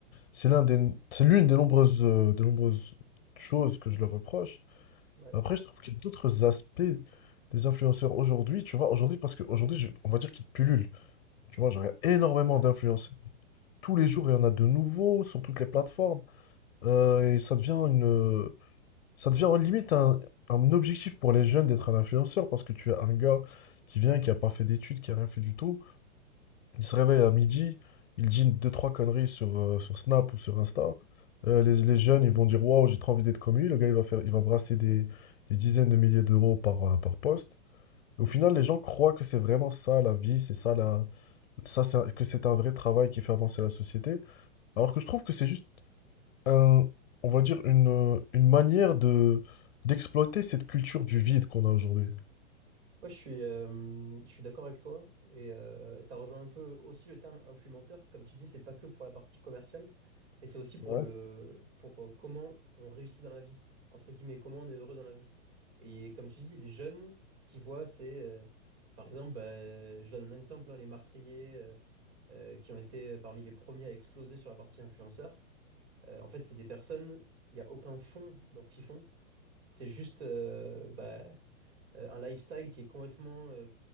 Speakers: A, on the left; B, on the right.
A: c'est l'un des c'est l'une des nombreuses euh, des nombreuses choses que je leur reproche.
B: Ouais,
A: Après je trouve qu'il y a d'autres aspects des influenceurs aujourd'hui, tu vois, aujourd'hui parce qu'aujourd'hui je- on va dire qu'ils pullulent. Tu vois, j'aurais énormément
B: ouais.
A: d'influenceurs. Tous les jours, il y en a de nouveaux sur toutes les plateformes. Euh, et ça devient une, Ça devient limite un, un objectif pour les jeunes d'être un influenceur parce que tu as un gars qui vient, qui a pas fait d'études, qui a rien fait du tout. Il se réveille à midi, il dit deux, trois conneries sur, euh, sur Snap ou sur Insta. Euh, les, les jeunes, ils vont dire Waouh, j'ai trop envie d'être comme lui. Le gars, il va faire, il va brasser des, des dizaines de milliers d'euros par, euh, par poste. Et au final, les gens croient que c'est vraiment ça la vie, c'est ça la, ça c'est un- que c'est un vrai travail qui fait avancer la société. Alors que je trouve que c'est juste un- on va dire une, euh, une manière de d'exploiter cette culture du vide qu'on a aujourd'hui.
B: Moi, je suis, euh, je suis d'accord avec toi et euh, ça rejoint un peu aussi le terme influenceur. Comme tu dis, c'est pas que pour la partie commerciale, mais c'est aussi pour
A: Ouais.
B: le, pour euh, comment on réussit dans la vie, entre guillemets, comment on est heureux dans la vie. Et comme tu dis, les jeunes, ce qu'ils voient, c'est, euh, par exemple, bah, je donne un exemple, hein, les Marseillais euh, euh, qui ont été euh, parmi les premiers à exploser sur la partie influenceur. Euh, en fait, c'est des personnes, il n'y a aucun fond dans ce qu'ils font. C'est juste, euh, bah euh, un lifestyle qui est complètement, euh,